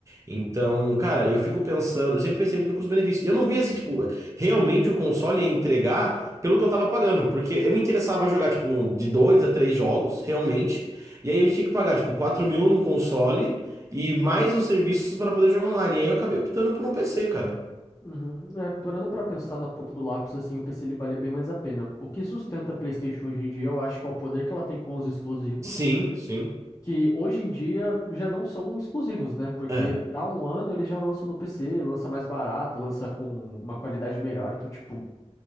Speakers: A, on the right; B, on the left.
A: Então, cara, eu fico pensando, eu sempre pensei muito no custo-benefício. E Eu não via se, tipo, realmente o console ia entregar pelo que eu tava pagando, porque eu me interessava jogar, tipo, um- de dois a três jogos, realmente. E aí eu tinha que pagar, tipo, 4 mil num console e mais os serviços para poder jogar online. E aí eu acabei optando por um PC, cara.
B: Uhum. É, parando pra pensar na ponta do lápis, assim, o PC ele vale bem mais a pena. O que sustenta a PlayStation hoje em dia, eu acho que é o poder que ela tem com os exclusivos,
A: Sim, sim.
B: que hoje em dia já não são exclusivos, né? Porque
A: É.
B: dá um ano eles já lançam no PC, lança mais barato, lança com uma qualidade melhor. Então, tipo,